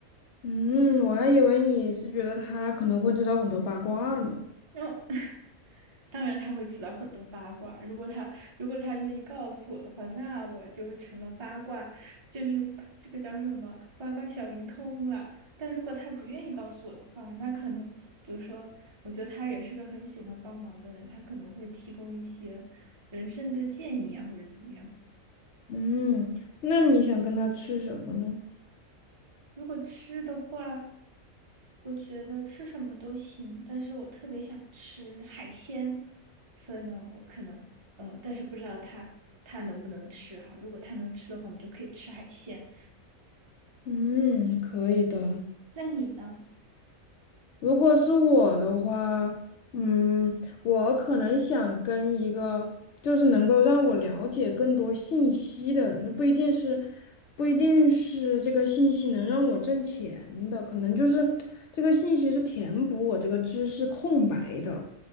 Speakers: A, on the left; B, on the right.
A: 嗯，我还以为你是觉得他可能会知道很多八卦呢。
B: 然后当然他会知道很多八卦。如果他如果他愿意告诉我的话，那我就成了八卦，就是这个叫什么八卦小灵通了。但如果他不愿意告诉我的话，那可能比如说，我觉得他也是个很喜欢帮忙的人，他可能会提供一些人生的建议啊，或者怎么样。
A: 嗯，那你想跟他吃什么呢？
B: 如果吃的话，我觉得吃什么都行，但是我特别想吃海鲜，所以呢，我可能呃，但是不知道他他能不能吃哈。如果他能吃的话，我们就可以吃海鲜。
A: 嗯，可以的。
B: 那你呢？
A: 如果是我的话，嗯，我可能想跟一个就是能够让我了解更多信息的人，这不一定是不一定是这个信息能让我挣钱的，可能就是这个信息是填补我这个知识空白的。